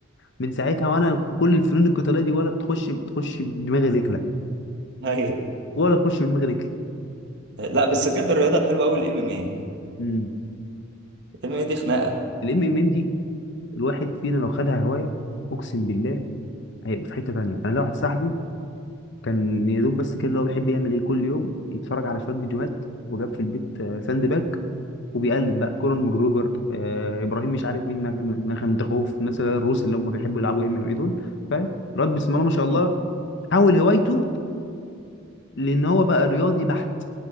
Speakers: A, on the left (about 60°); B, on the right (about 60°).
A: من ساعتها وانا كل الفنون القتاليه دي ولا تخش بتخش بدماغي رجله
B: ايوه
A: ولا تخش بدماغي رجله
B: لا بس بجد الرياضه الحلوه قوي الام ام اي
A: امم
B: الام ام اي دي خناقه
A: الام ام ام دي الواحد فينا لو خدها هوايه اقسم بالله هيبقى في حته تانيه انا لو واحد صاحبي كان يا دوب بس كده اللي هو بيحب يعمل ايه كل يوم يتفرج على شويه فيديوهات وجاب في البيت آه، ساند باك وبيقلد بقى كورن ماجروجر آه ابراهيم مش عارف مين مخندخوف الناس اللي هي الروس اللي هم بيحبوا يلعبوا ام ام اي دول فاهم الواد بسم الله ما شاء الله
B: مم.
A: حول هوايته لان هو بقى رياضي بحت